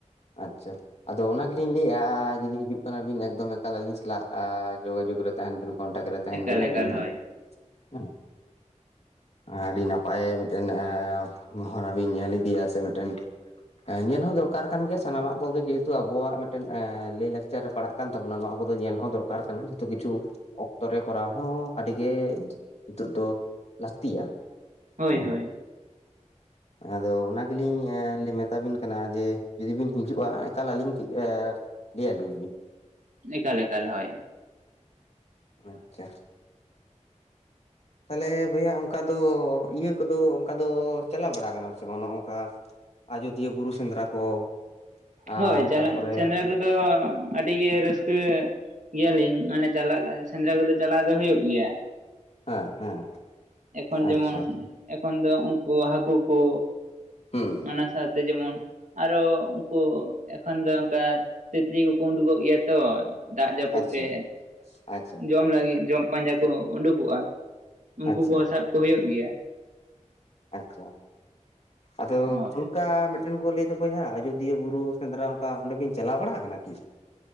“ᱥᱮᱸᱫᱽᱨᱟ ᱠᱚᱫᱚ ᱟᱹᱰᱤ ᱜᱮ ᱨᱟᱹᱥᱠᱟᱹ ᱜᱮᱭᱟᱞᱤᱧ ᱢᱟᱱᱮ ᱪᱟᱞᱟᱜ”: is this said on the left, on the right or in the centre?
Right